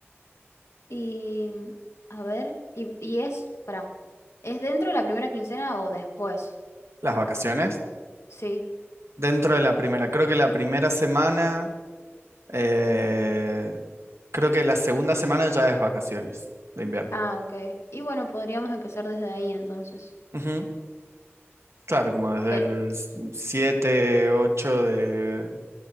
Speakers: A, on the left; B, on the right.
A: Y mm, a ver, y, y es, para, ¿es dentro de la primera quincena o después?
B: las vacaciones.
A: Sí.
B: Dentro de la primera. Creo que la primera semana, eh, creo que la segunda semana ya es vacaciones de invierno.
A: Ah, ok. Y bueno, podríamos empezar desde ahí entonces.
B: Ujú. Claro, como desde
A: Que-
B: el 7 8 de,